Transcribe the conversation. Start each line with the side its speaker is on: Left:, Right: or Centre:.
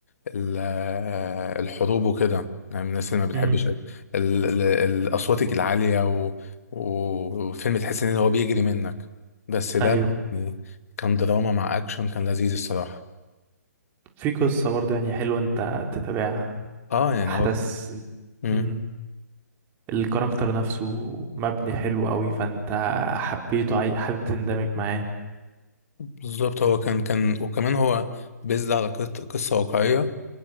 Left: ال... آه، الحروب وكده يعني من الناس اللي ما بتحبش
Right: مم.
Left: ال... ال... ال... الاصوات العاليه و... وفيلم تحس ان هو بيجري منك بس ده
Right: ايوه
Left: يعني كان دراما مع اكشن كان لذيذ الصراحه
Right: في قصة برضه يعني حلوة انت تتابعها
Left: اه يعني
Right: احداث
Left: هو مم.
Right: مم. الكاركتر نفسه مبني حلو قوي فانت حبيته عاي... حابب تندمج معاه
Left: بالظبط هو كان كان وكمان هو بيزد على قص- قصه واقعيه